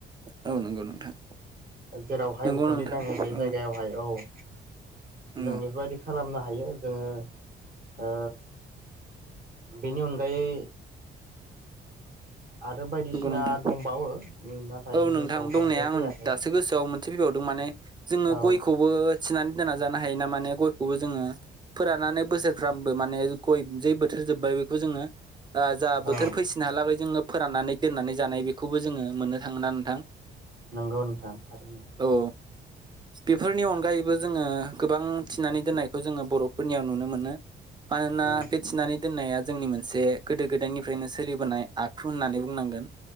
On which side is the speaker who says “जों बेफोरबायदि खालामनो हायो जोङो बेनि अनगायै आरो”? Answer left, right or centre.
Right